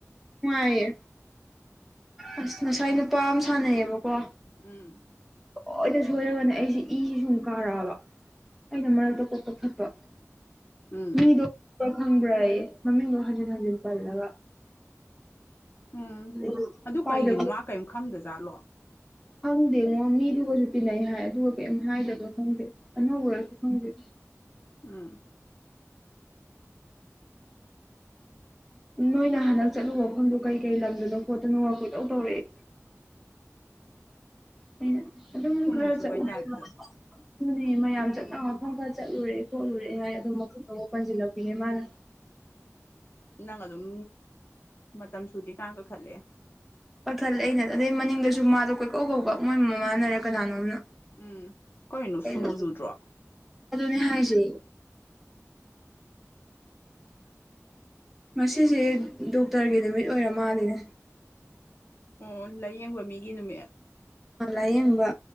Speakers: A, in the centre; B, on the left (about 45°).
A: ꯅꯨꯡꯉꯥꯏꯌꯦ ꯑꯁ ꯉꯁꯥꯏ ꯅꯨꯄꯥ ꯑꯝ ꯁꯥꯟꯅꯩꯌꯦꯕꯀꯣ
B: ꯎꯝ
A: ꯄꯨꯡꯁꯣꯢꯗ ꯁꯣꯏꯔꯒꯅꯦ ꯑꯩꯁꯦ ꯏꯁꯤ ꯁꯨꯝ ꯀꯥꯔꯛꯑꯕ ꯑꯩꯅ ꯃꯔꯛꯇ ꯀꯣꯛ ꯀꯛꯊꯠꯄ
B: ꯎꯝ
A: ꯃꯤꯗꯣ ꯈꯪꯕ ꯈꯪꯕ꯭ꯔꯌꯦ ꯃꯃꯤꯡꯗꯣ ꯍꯟꯖꯤꯟ ꯍꯟꯖꯤꯟ ꯄꯜꯂꯒ
B: ꯎꯝ
A: ꯑꯗꯒꯤ
B: ꯑꯗꯨ
A: ꯀꯥꯏꯗ
B: ꯀꯩꯒꯤꯅꯣ ꯃ ꯀꯔꯤꯝ ꯈꯪꯗꯖꯥꯠꯂꯣ
A: ꯈꯪꯗꯦꯉꯣ ꯃꯤꯗꯨꯒꯁꯨ ꯇꯤꯟꯅꯩ ꯍꯥꯏ ꯑꯗꯨꯒ ꯀꯔꯤꯝ ꯍꯥꯏꯗꯕ꯭ꯔꯥ ꯈꯪꯗꯦ ꯑꯅꯧꯕꯔꯁꯨ ꯈꯪꯗꯦ
B: ꯎꯝ
A: ꯅꯣꯏꯅ ꯍꯟꯗꯛ ꯆꯠꯂꯨꯕ ꯃꯐꯝꯗꯣ ꯀꯩ ꯀꯩ ꯂꯝꯗꯅꯣ ꯈꯣꯠꯇꯅꯣ ꯒ ꯀꯣꯏꯇꯧ ꯇꯧꯔꯛꯑꯦ
B: ꯎꯝ
A: ꯑꯩꯅ ꯑꯗꯨꯝ
B: ꯁꯨꯅꯨ
A: ꯈꯔ
B: ꯁꯨꯕꯩ
A: ꯆꯠꯂꯨꯔꯦꯅꯦ
B: ꯇꯥꯏꯞꯇ
A: ꯃꯌꯥꯝ ꯆꯠꯅꯕ ꯃꯐꯝ ꯈꯔ ꯆꯠꯂꯨꯔꯦ ꯈꯣꯠꯂꯨꯔꯦ ꯍꯥꯏ ꯑꯗꯣ ꯃꯈꯝꯗꯣ ꯑꯃꯨꯛ ꯄꯟꯁꯤꯜꯂꯛꯄꯤꯅꯦ ꯃꯥꯅ
B: ꯅꯪ ꯑꯗꯨꯝ ꯃꯇꯝ ꯁꯨꯗꯤ ꯀꯥꯟ ꯀꯛꯊꯠꯂꯦ
A: ꯀꯛꯊꯠꯂꯦ ꯑꯩꯅ ꯑꯗꯩ ꯃꯅꯤꯡꯗꯁꯨ ꯃꯥꯗꯣ ꯀꯣꯏꯀꯧ ꯃꯣꯏ ꯃꯥꯃꯅꯔꯥ ꯀꯅꯥꯅꯣꯅ
B: ꯎꯝ ꯀꯔꯤꯅꯣ
A: ꯑꯩꯅ
B: ꯁꯨꯅꯨ ꯆꯨꯗ꯭ꯔꯣ
A: ꯑꯗꯨꯅꯦ ꯍꯥꯏꯖꯦ ꯉꯁꯤꯁꯦ ꯗꯣꯛꯇꯔꯒꯤ ꯅꯨꯃꯤꯠ ꯑꯣꯏꯔ ꯃꯥꯜꯂꯦꯅꯦ
B: ꯑꯣ ꯂꯥꯏꯌꯦꯡꯕ ꯃꯤꯒꯤ ꯅꯨꯃꯤꯠ
A: ꯂꯥꯏꯌꯦꯡꯕ